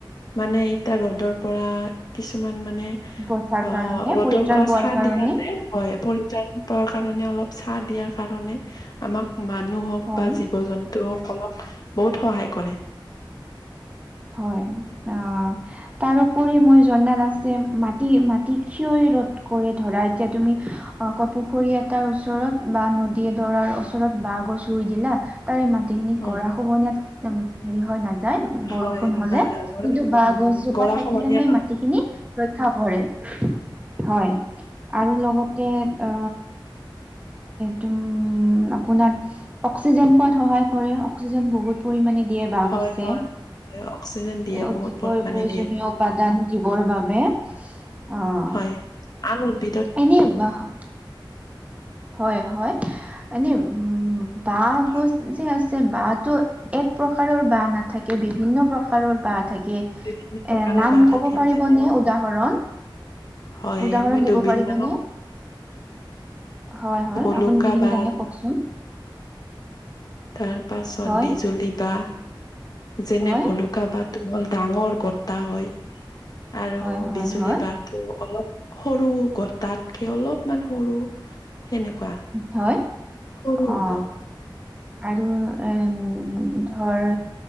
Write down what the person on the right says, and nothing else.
বচাৰ
কাৰণে
পৰিত্ৰাণ
পোৱাৰ
কাৰণে
হয়।
হয় অ তাৰপৰি মই জনাত আছে মাটি মাটি কিয় ৰদ কৰি ধৰা এতিয়া তুমি অ ক পুখুৰী এটাৰ ওচৰত বা নদীয়ে দৰাৰ ওচৰত বাঁহ গছ ৰুই দিলা তাৰে মাটি খিনি
গৰা খ খহনিয়াত হেৰি হৈ নাযায় বৰষুণ
বষুণ হলে
কিন্তু বাঁ গছজোপা
থাকিলে
সেই
মাটিখিনি ৰক্ষা কৰে হয় আৰু লগতে অ দ উম আপোনাৰ অক্সিজেন পোৱাত সহায় কৰে অক্সিজেন বহুত পৰিমণে দিয়ে বাহ
গছে
অতিকৈ
প্ৰয়োজনীয়
প জীৱৰ বাবে আহ
এনে বা- হয়, হয় মানে উম বাহগছ
যে আছে বাঁহটো এক প্ৰকাৰৰ বাঁহ নাথাকে বিভিন্ন প্ৰকাৰৰ বাঁহ থাকে
এ নাম
কব
পাৰিবনে
উদাহৰণ
উদাহৰণ
দিব
পাৰিবনে
হয় হয়
আপুনি যিখিনি
জানে কওকচোন
হয়
হয়
হয় হয়
হয়
হয়
অ আৰু এম ধৰ